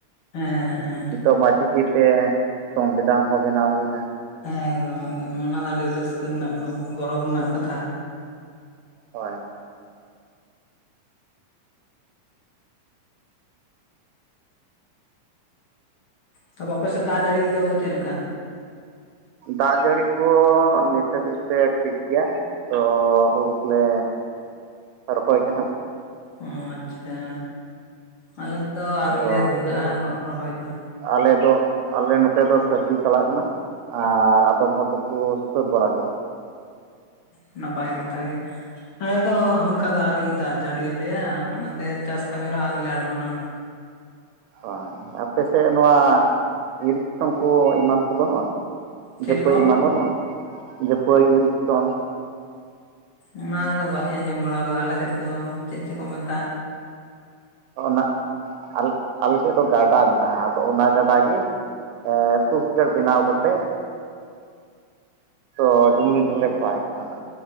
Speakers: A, on the left; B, on the right.
A: ᱦᱮᱸ ᱦᱮᱸ ᱦᱮᱸ᱾
B: ᱱᱤᱛᱚᱜ ᱢᱟ ᱪᱤᱠᱤ ᱛᱮ ᱥᱚᱝᱵᱤᱫᱷᱟᱱ ᱦᱚᱸ ᱵᱮᱱᱟᱣ ᱦᱩᱭᱱᱟ᱾
A: ᱦᱮᱸ ᱮᱠᱫᱚᱢ ᱮᱠᱫᱚᱢ ᱚᱱᱟ ᱫᱚ ᱟᱹᱰᱤ ᱨᱟᱹᱥᱠᱟᱹ ᱨᱮᱱᱟᱜ ᱜᱷᱚᱵᱚᱨ ᱜᱚᱨᱚᱵᱽ ᱨᱮᱱᱟᱜ ᱠᱟᱛᱷᱟ᱾
B: ᱦᱳᱭ᱾
A: ᱛᱟᱯᱚ ᱟᱯᱮ ᱥᱮᱫ ᱫᱟᱜ ᱡᱟᱹᱲᱤ ᱠᱚᱫᱚ ᱪᱮᱫ ᱞᱮᱠᱟ?
B: ᱫᱟᱜ ᱡᱟᱹᱲᱤ ᱠᱚ ᱱᱤᱛ ᱦᱟᱹᱵᱤᱡ ᱛᱮ ᱴᱷᱤᱠ ᱜᱮᱭᱟ᱾ ᱛᱚ ᱦᱩᱲᱩ ᱠᱚᱞᱮ ᱨᱚᱦᱚᱭ ᱠᱟᱱᱟ᱾
A: ᱚ ᱟᱪᱪᱷᱟ, ᱟᱞᱮ ᱫᱚ ᱟᱹᱣᱨᱤ
B: ᱛᱚ
A: ᱞᱮ ᱫᱷᱩᱨᱟᱹᱜᱼᱟ ᱦᱩᱲᱳ ᱨᱚᱦᱚᱭ ᱫᱚ᱾
B: ᱟᱞᱮ ᱫᱚ ᱟᱞᱮ ᱱᱚᱛᱮ ᱫᱚ ᱥᱟᱹᱨᱫᱤ ᱪᱟᱞᱟᱜ ᱠᱟᱱᱟ ᱟᱨ ᱟᱫᱚᱢ ᱦᱚᱲ ᱫᱚ ᱠᱚ ᱥᱟᱹᱛ ᱵᱟᱲᱟ ᱠᱮᱟ᱾
A: ᱩᱸ ᱱᱟᱯᱟᱭ ᱠᱟᱛᱷᱟ ᱜᱮ᱾ ᱟᱞᱮ ᱫᱚ ᱚᱱᱠᱟ ᱫᱚ ᱟᱹᱣᱨᱤᱭ ᱫᱟᱜ ᱡᱟᱹᱲᱤᱭᱟᱞᱮᱭᱟ ᱚᱱᱟᱛᱮ ᱪᱟᱥ ᱠᱟᱹᱢᱤ ᱨᱮᱦᱚᱸ ᱟᱣᱨᱤ ᱞᱮ ᱟᱬᱜᱚᱱᱟ᱾
B: ᱦᱳᱭ ᱟᱯᱮ ᱥᱮᱫ ᱱᱚᱣᱟ ᱤᱨᱠᱥᱚᱱ ᱠᱚ ᱮᱢᱟᱱ ᱠᱚ ᱵᱟᱹᱱᱩᱜᱼᱟ?
A: ᱪᱮᱫ
B: ᱡᱷᱟᱹᱯᱟᱹᱭ
A: ᱠᱚ
B: ᱮᱢᱟᱱ ᱵᱟᱹᱱᱚᱜᱼᱟ ᱡᱷᱟᱹᱯᱟᱹᱭ ᱤᱨᱤᱠᱥᱚᱱ᱾
A: ᱚᱱᱟ ᱫᱚ ᱵᱟᱹᱞᱤᱧ ᱟᱸᱡᱚᱢ ᱵᱟᱲᱟᱣ ᱠᱟᱫᱟ ᱟᱞᱮ ᱥᱮᱫ ᱫᱚ ᱪᱮᱫ ᱪᱚ ᱠᱚ ᱢᱮᱛ
B: ᱚ ᱚᱱᱟᱜ᱾ ᱟᱞ ᱟᱞᱮ ᱥᱮᱫ ᱫᱚ ᱜᱟᱰᱟ ᱢᱮᱱᱟᱜᱼᱟ ᱟᱫᱚ ᱚᱱᱟ ᱜᱟᱰᱟ ᱜᱮ ᱮ ᱠᱷᱩᱵ ᱡᱳᱨ ᱵᱤᱱᱟᱣ ᱠᱟᱛᱮᱫ ᱛᱚ ᱡᱩᱢᱤᱱ ᱨᱮᱞᱮ ᱵᱷᱚᱨᱟᱭ ᱛᱟᱹᱨᱟ᱾